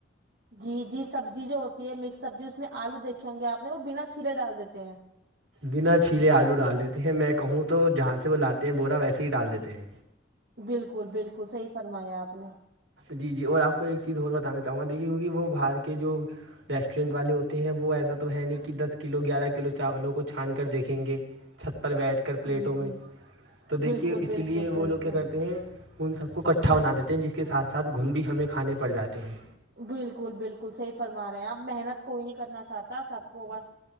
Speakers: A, on the right; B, on the right.
A: جی جی سبزی جو ہوتی ہے مکس سبزی اس میں آلو دیکھ ہوںے آ نے وہ بنا چھیلے ڈال دیتے ہیں
B: بنا چھیلے آلو ڈال دیتے ہیں میں کہوں تو جہاں سے وہ لاتے ہیں بورا ویسے ہی ڈال دیتے ہیں
A: بالکل بالکل صحی فرمایا آپ نے
B: جی جی اور آپ کو ایک چیز اور بتانا چاہوں گا دیکھیے کہ وہ باہار کے جو ریسٹورینٹ والے ہوتے ہیں وہ ایسا تو ہے نہیں کہ دس کلو گیارہ کلو چاولوں کو چھان کر دیکھیں گے چھت پر بیٹھ کر پلیٹوں
A: جی
B: میں
A: جی
B: تو
A: بالکل
B: دیکھیے اسی
A: بالکل
B: لیے
A: بالکل
B: وہ لوگ کیا کرتے ہیں ان سب کو کٹھا بنا دی ہیں جس کے ساتھ ساتھ گھن بھی ہمیں کھانے پڑ جاتے ہیں
A: بالکل بالکل صحیح فرما رہے ہیں آپ محنت کوئی نہیں کرنا چاہتا سب کو بس